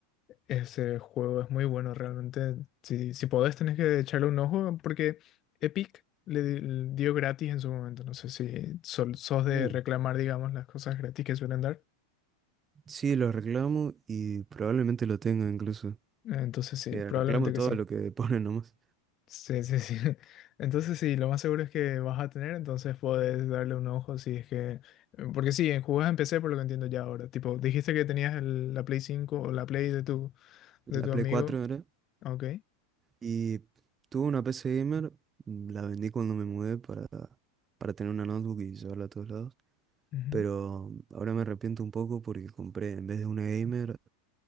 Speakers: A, on the left; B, on the right.
A: Ese juego es muy bueno realmente. Si, si podés tenés que echarle un ojo porque Epic le di- le dio gratis en su momento. No sé si sol- sos de
B: Uh,
A: reclamar, digamos, las cosas gratis que suelen dar.
B: sí, lo reclamo y probablemente lo tenga incluso.
A: Entonces sí,
B: Que
A: probablemente
B: reclamo todo
A: que sí.
B: lo que <laughs> ponen nomás.
A: Sí, sí, sí. <laughs> Entonces sí, lo más seguro es que vas a tener, entonces puedes darle un ojo si es que... eh, Porque sí, en jugás en PC por lo que entiendo ya ahora. Tipo, dijiste que tenías el- la Play 5 o la Play de tu, de
B: La
A: tu
B: Play
A: amigo.
B: 4 era.
A: Ok.
B: Y tuve una PC gamer, mm, la vendí cuando me mudé para, para tener una notebook y llevarla a todos lados.
A: ujú,
B: Pero mm, ahora me arrepiento un poco porque compré, en vez de una gamer,